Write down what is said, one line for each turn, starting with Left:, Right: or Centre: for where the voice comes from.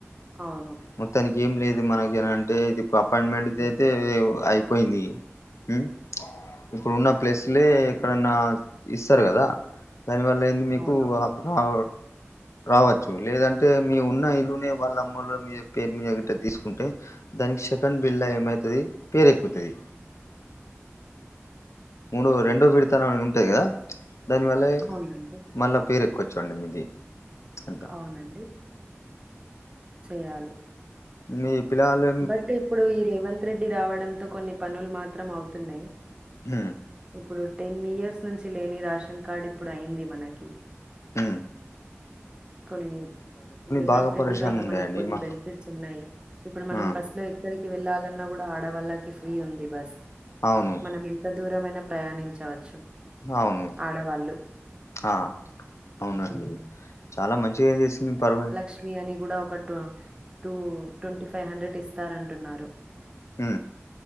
Right: అవును
Left: మొత్తానికి ఏం లేదు మనకి ఏంటే ఇది అపాయింట్మెంట్
Right: హ్మ్.
Left: అయితే అయిపోయింది ఉ ఇప్పుడు ఉన్న ప్లేస్లే
Right: అవునండి.
Left: ఇక్కడన్నా ఇస్తారు కదా దానివల్ల ఏంది మీకు
Right: అవునవును.
Left: రా రావచ్చు లేదంటే మీ ఉన్న ఇల్లునే వాళ్ళ అమ్మలో మీ పేరు మీద తీసుకుంటే దానికి సెకండ్ బిల్ ఏమైతుది పేరు ఎక్కుతది మూడో రెండో విడతాఆనే ఉంటాయి కదా దానివల్ల
Right: అవునండి.
Left: మళ్ళా పేరు ఎక్కవచ్చు అండి మీది అట్లా
Right: అవునండి చేయాలి
Left: మీ పిల్లగాండ్లు
Right: బట్ ఇప్పుడు ఈ రేవంత్ రెడ్డి రావడంతో కొన్ని పనులు మాత్రం అవుతున్నాయి
Left: ఉ
Right: ఇప్పుడు టెన్ ఇయర్స్ నుంచి లేని రాషన్ కార్డ్ ఇప్పుడు అయింది మనకి
Left: ఉ
Right: కొన్ని రేవంత్
Left: బాగా
Right: రెడ్డి
Left: పరేషాన్
Right: వల్ల
Left: ఉండే
Right: మనకు
Left: అండి
Right: కొన్ని
Left: మా
Right: బెనిఫిట్స్ ఉన్నాయి ఇప్పుడు మనం
Left: ఆ
Right: బస్సు లో ఎక్కడికి వెళ్ళాలన్నా కూడా ఆడవాళ్ళకి ఫ్రీ ఉంది బస్
Left: అవును
Right: మనం ఎంత దూరమైనా ప్రయాణించవచ్చు
Left: అవును
Right: ఆడవాళ్ళు.
Left: ఆ అవునండి
Right: హ్మ్.
Left: చాలా మంచిగా ఏం చేసింది పర్వలు
Right: స్త్రీ అని కూడా ఒక టూ ట్వంటీ ఫైవ్ హండ్రెడ్ ఇస్తారంటున్నారు
Left: ఉ